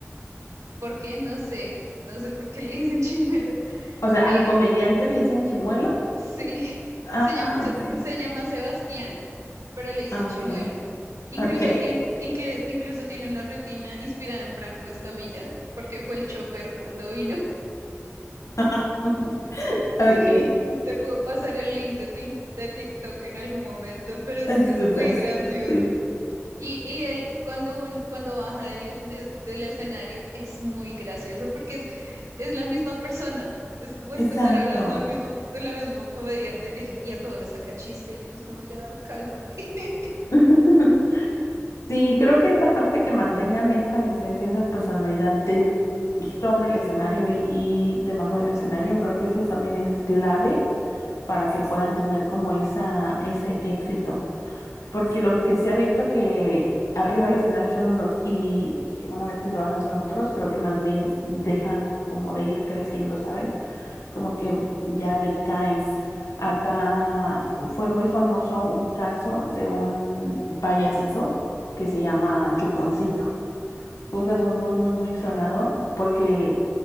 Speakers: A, on the right (about 85°); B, on the left (about 80°).
A: ¿Por qué? No sé, no sé por qué le dicen <laughs> chimuelo.
B: O sea,
A: Eh,
B: al comediante le dicen chimuelo.
A: sí, <laughs>
B: Ah,
A: se llama,
B: ah,
A: se,
B: ok,
A: se llama Sebastián, pero le dicen
B: ah,
A: chimuelo.
B: ok,
A: Incluso
B: ok.
A: tiene, incle- incluso tiene una rutina inspirada en Franco Escamilla, porque fue el chofer cuando vino.
B: <laughs> Ok,
A: <laughs> Te puedo pasar el link de, Tik- de TikTok en algún momento, pero es
B: es
A: que es
B: súper.
A: muy gracioso.
B: Sí,
A: Y, y él, cuando, un, cuando baja del, esne- del escenario, es muy gracioso porque es, es la misma persona. Es como este
B: exacto.
A: estar hablando al mismo, con la misma comediante eh, y a todo le saca chiste y uno es como, ya, cálmate. <laughs>
B: <laughs> Sí, creo que esa parte que mantengan esa esencia, esa personalidad de- sobre el escenario y, y debajo del escenario, creo que eso también es clave para que puedan tener como esa, ese éxito. Porque los que se ha visto que arriba del escenario son unos y y una vez que se bajan son otros, creo que más bien dejan como de ir creciendo, ¿sabes? Como que ya decaen. Acá fue muy famoso un caso de un payasito que se llama Chuponcito. Fue un caso muy, muy, muy sonado porque